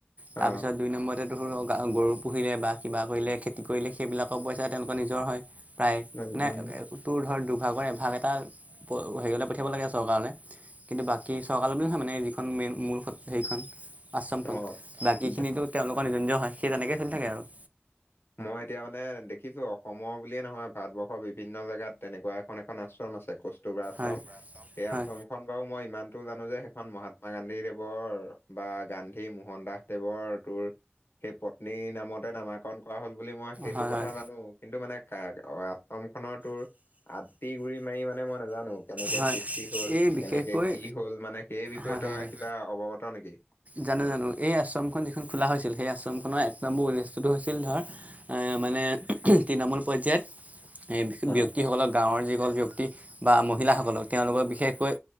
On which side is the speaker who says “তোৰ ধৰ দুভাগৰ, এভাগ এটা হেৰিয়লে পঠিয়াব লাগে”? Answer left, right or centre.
Right